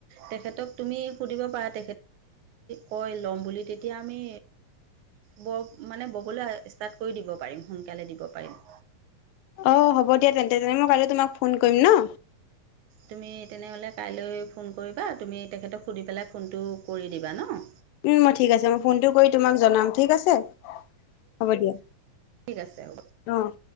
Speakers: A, on the right; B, on the left.
A: তেখেতক তুমি সুধিব পাৰা কয় ল'ম বুলি তেতিয়া আমি ব মানে ববলৈ ষ্টাৰ্ট কৰি দিব পাৰিম, সোনকালে দিব পাৰিম।
B: অ', হ'ব দিয়া তেন্তে তেনে মই কাইলে তোমাক ফোন কৰিম ন।
A: তুমি তেনেহ'লে কাইলৈ ফোন কৰিবা, তুমি তেখেতক সুধি পেলাই ফোনটো কৰি দিবা ন।
B: উম, মই ঠিক আছে মই ফোনটো কৰি তোমাক জনাম, ঠিক আছে? হ'ব দিয়া।
A: ঠিক আছে হ'ব।
B: অ'।